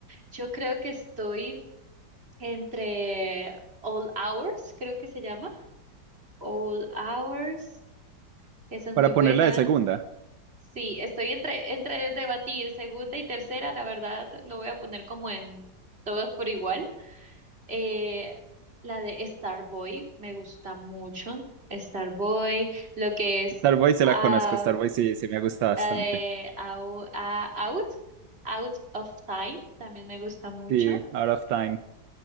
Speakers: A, on the right; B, on the right.
A: Yo creo que estoy entre All Hours, creo que se llama. All Hours, esa es
B: Para
A: muy buena.
B: ponerla de segunda,
A: Sí, estoy entre, entre debatir segunda y tercera, la verdad lo voy a poner como en todos por igual. Eh, la de Starboy me gusta mucho. Starboy, lo que es
B: Starboy se
A: ah,
B: la conozco, Starboy sí, sí me gusta bastante.
A: la de Au- ah, Out, Out of Time, también me gusta mucho.
B: Sí, Out of Time.